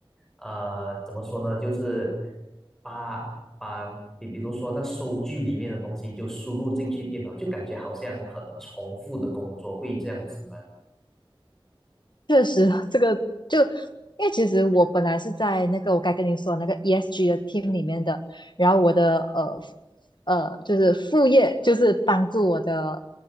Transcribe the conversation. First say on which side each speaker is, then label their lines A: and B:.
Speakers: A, in the centre; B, on the left (about 55°).
A: 呃，怎么说呢，就是把把比比如说那收据里面的东西就输入进去电脑，就感觉好像很重复的工作，会这样子吗？
B: 确实就因为其实我本来是在那个我该跟你说的那个 ESG 的 team 里面的，然后我的呃呃就是副业就是帮助我的